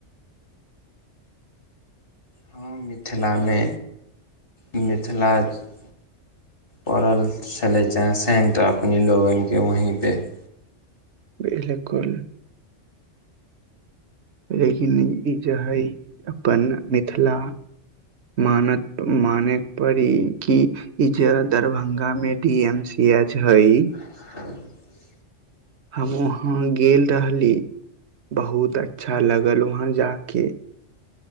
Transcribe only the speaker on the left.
हँ मिथिलामे ई जे छला च -- पड़ल छलै सेन्ट अपने लोगने वहीपे- -
<inaudible>